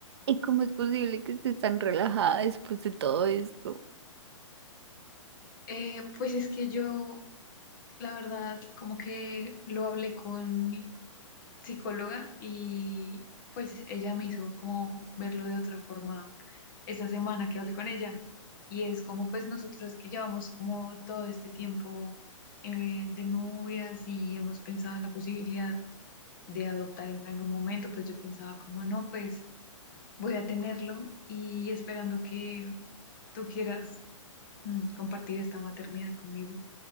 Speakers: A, on the right (about 50°); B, on the left (about 40°).
A: ¿Y cómo es posible que estés tan relajada después de todo esto?
B: Eh, pues es que yo, la verdad, como que lo hablé con mi psicóloga y pues ella me hizo como verlo de otra forma esa semana que hablé con ella y es como pues nosotros que llevamos como todo este tiempo eh, de novias y hemos pensado en la posibilidad de adoptar en algún momento, pues yo pensaba como no, pues voy a tenerlo y esperando que tú quieras mm, compartir esta maternidad conmigo.